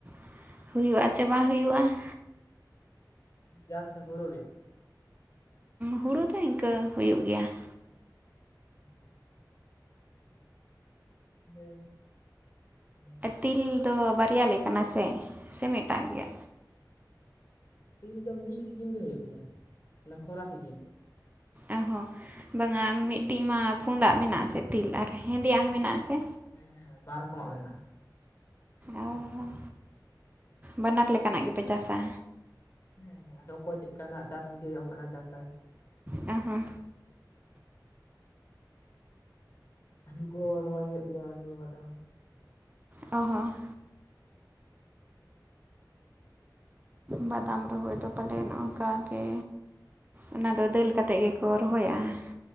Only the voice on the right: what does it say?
᱾ ᱦᱩᱭᱩᱜᱼᱟ ᱪᱮ ᱵᱟᱝ ᱦᱩᱭᱩᱜᱼᱟ ᱾
ᱦᱩᱲᱩ ᱫᱚ ᱤᱱᱠᱟᱹ ᱦᱩᱭᱩᱜ ᱜᱮᱭᱟ ᱾
ᱛᱤᱞ ᱫᱚ ᱵᱟᱨᱭᱟ ᱞᱮᱠᱟᱱᱟ ᱥᱮ᱾ ᱥᱮ ᱢᱮᱫᱴᱟᱝ ᱜᱮᱭᱟ?
ᱚ ᱦᱚᱸ ᱵᱟᱝᱟ ᱢᱤᱫᱴᱤᱡ ᱢᱟ ᱯᱩᱸᱰᱟᱜ ᱢᱮᱱᱟᱜᱼᱟᱥᱮ ᱛᱤᱞ ᱟᱨ ᱦᱮᱸᱫᱮᱭᱟᱜ
ᱦᱚᱸ
ᱢᱮᱱᱟᱜ ᱟ ᱥᱮ?
ᱚ ᱦᱚᱸ ᱵᱟᱱᱟᱨ ᱞᱮᱠᱟᱱᱟᱜ ᱜᱮᱯᱮ ᱪᱟᱥᱟ?
ᱟ ᱦᱚ
ᱚ ᱦᱚᱸ ᱵᱟᱫᱟᱢ ᱨᱚᱦᱚᱭ ᱫᱚ ᱯᱟᱞᱮᱱ ᱝᱠᱟᱜᱮ᱾ ᱚᱱᱟ ᱫᱚ ᱫᱟᱹᱞ ᱠᱟᱛᱮᱫ ᱜᱮᱠᱚ ᱨᱚᱦᱚᱭᱟ ᱾